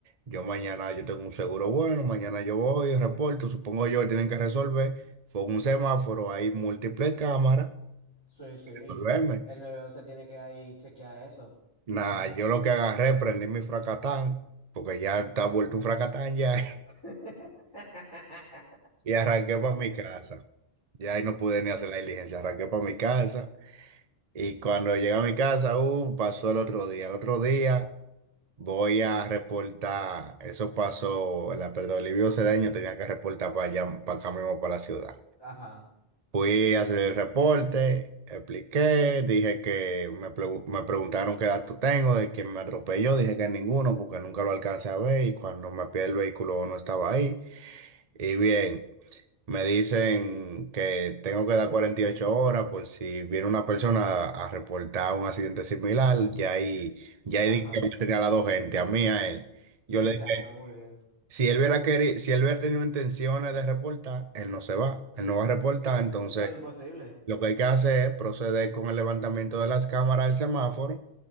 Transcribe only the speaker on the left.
Sí, sí.
El nueve once tiene que ahí chequear eso.
<laughs>
Ajá,
ajá.
Sí,
exacto,
muy bien.
No, imposible.